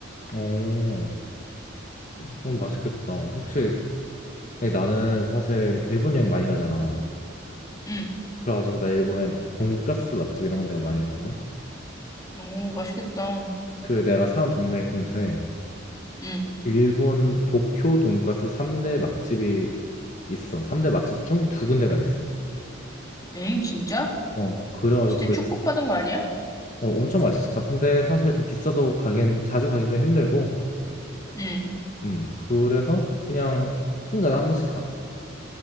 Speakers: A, on the left; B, on the left.
A: 어. 그건
B: 응,
A: 맛있겠다. 혹시, 아니, 나는 사실 일본 여행 많이 가잖아.
B: 응, 응.
A: 그래가지고 나 일본에 막 돈가스 맛집 이런 건 내가 많이 알거든.
B: 오, 맛있겠다.
A: 그 내가 사는 동네 근처에
B: 응.
A: 일본 도쿄 돈가스 3대 맛집이 있어. 3대 맛집 중 두 군데가 있어.
B: 엥, 진짜?
A: 어, 그래가지고
B: 진짜
A: 거기
B: 축복받은 거 아니야?
A: 어, 엄청 맛있었다. 근데 사실 좀 비싸서 가긴 자주 가긴 좀 힘들고,
B: 응.
A: 음, 그래서 그냥 한간에 한 번씩 가.